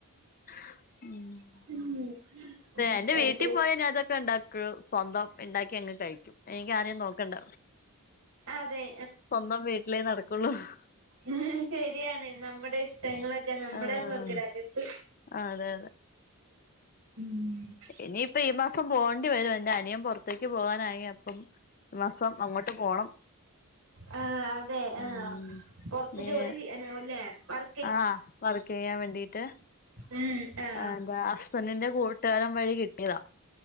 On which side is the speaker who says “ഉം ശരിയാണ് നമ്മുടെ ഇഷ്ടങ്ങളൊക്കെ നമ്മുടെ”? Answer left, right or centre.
Right